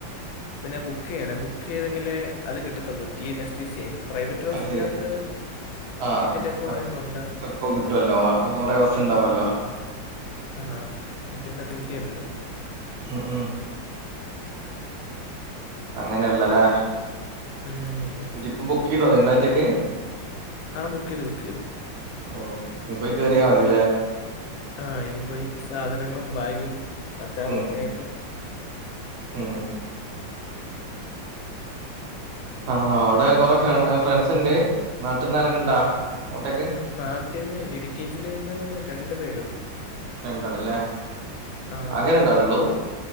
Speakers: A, on the left (about 85°); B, on the right (about 75°).
A: പിന്നെ ബുക്ക് ചെയ്യണേ ബുക്ക് ചെയ്തെങ്കില് അത് കിട്ടത്തുള്ളൂ ടി എൻ എസ് ടി സിയെ പ്രൈവറ്റ് ബസ്സിന്റെകത്ത്
B: അത് ശരി ആ
A: ടിക്കറ്റ് എപ്പ വേണെങ്കിലും
B: എപ്-
A: ഉണ്ട്
B: എപ്പോ കിട്ടുമല്ലോ അപ്പൊ കൊറേ ബസ് ഉണ്ടാവുമല്ലോ
A: ആഹ് ആഹ് മറ്റേന്റെ അത്ത് കിട്ടിയല്ലല്ലോ
B: ആ ആ അങ്ങനെയ ഉള്ളല്ലേ
A: ഉം
B: എന്നിട്ടിപ്പൊ ബുക്ക് ചെയ്തോ തിങ്കളാഴ്ചക്ക്
A: ആ ബുക്ക് ചെയ്തു ബുക്ക് ചെയ്തു
B: ഓ ഇപ്പൊ കേറിയാ മതില്ലേ
A: ആ ഇനി പോയി സാധനങ്ങളും ബാഗും അച്ചാറും
B: ഉം
A: ഒക്കെ ആയിട്ട്
B: ഉം ആഹ് അവിടെ കൊറെ ഫ്രണ്ട്സ് ഉണ്ട് നാട്ടന്നരൊക്കെ ഇണ്ടാ അങ്ങോട്ടേക്ക്
A: നാട്ടിൽന്ന് ഇടുക്കി ജില്ലയിൽന്ന് രണ്ടു പേരേ ഉള്ളു
B: രണ്ടാളല്ലേ
A: ആന്
B: ആകെ രണ്ടാളുള്ളൂ